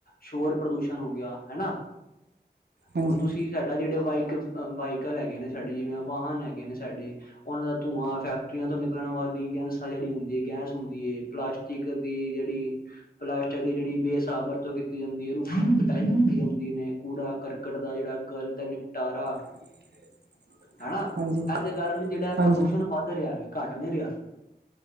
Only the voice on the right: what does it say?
ਹਾਂਜੀ
<inaudible>
ਹਾਂਜੀ
ਹਾਂਜੀ